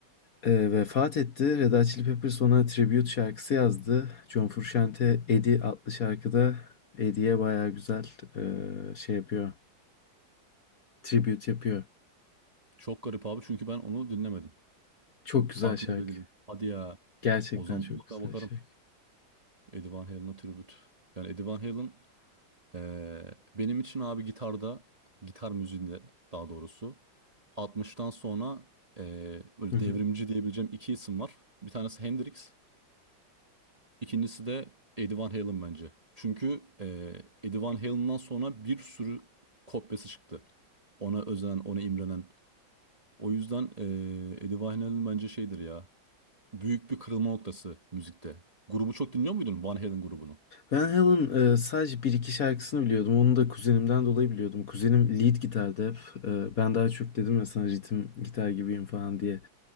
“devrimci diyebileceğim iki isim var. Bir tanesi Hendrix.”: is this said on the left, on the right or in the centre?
Right